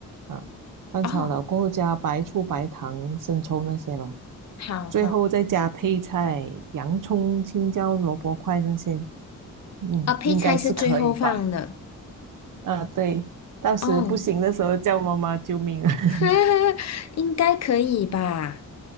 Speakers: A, on the right; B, on the left.
A: 啊，翻炒了过后加白醋、
B: 哦，
A: 白糖、生抽那些咯，
B: 好好。
A: 最后再加配菜，洋葱、青椒、萝卜块那些，嗯，
B: 啊，配菜是最后放的
A: 应该是可以吧？啊，对，到时不行的时候叫妈妈救命啊！
B: 哦，
A: <laughs>
B: <laughs> 应该可以吧？